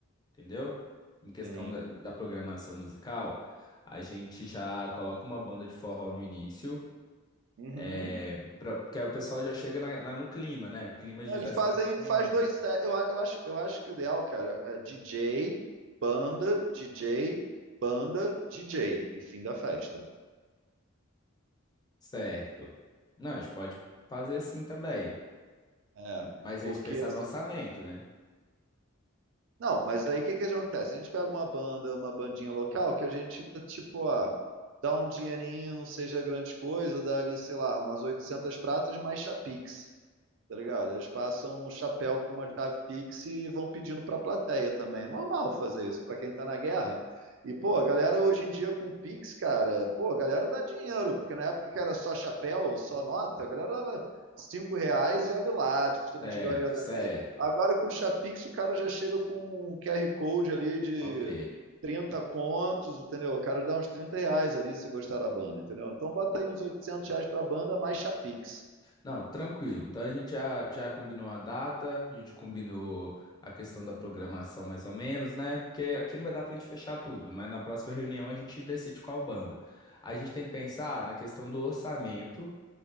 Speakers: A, on the left (about 20°); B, on the right (about 60°).
A: entendeu? Em questão
B: Tem.
A: da, da programação musical, a gente já coloca uma banda de forró no início,
B: Uhum.
A: é, pra, porque aí o pessoal já chega na, na- no clima, né? O clima de
B: Eles
A: festa
B: fazem
A: junina.
B: faz dois sets. Eu, a- eu acho, eu acho que o ideal, cara, é DJ, banda, DJ, banda, DJ e fim da festa.
A: Certo. Não, a gente pode fazer assim também,
B: É,
A: mas
B: porque
A: é pensar no orçamento, né?
B: Não, mas aí o que que acontece? A gente pega uma banda, uma bandinha local que a gente, tá, tipo, ó, dá um dinheirinho, não seja grande coisa, dá ali, sei lá, umas 800 pratas mais chapix tá ligado? Eles passam um chapéu com uma chave Pix e vão pedindo pra plateia também. É normal fazer isso pra quem tá na guerra. E, pô, a galera hoje em dia com Pix, cara, pô, a galera dá dinheiro, porque na época que era só chapéu, só nota, a galera dava cinco reais e olha lá, dificilmente
A: Certo,
B: agora ia dar
A: certo.
B: 10. Agora com o Chapix o cara já chega com um QR Code ali de
A: Ok.
B: 30 contos, entendeu? O cara dá uns 30 reais ali se gostar da banda, entendeu? Então bota aí uns 800 reais pra banda mais Chapix.
A: Não, tranquilo. Então a gente já, já combinou a data, a gente combinou a questão da programação mais ou menos, né? Porque aqui não vai dar pra gente fechar tudo, mas na próxima reunião a gente decide qual banda. A gente tem que pensar na questão do orçamento,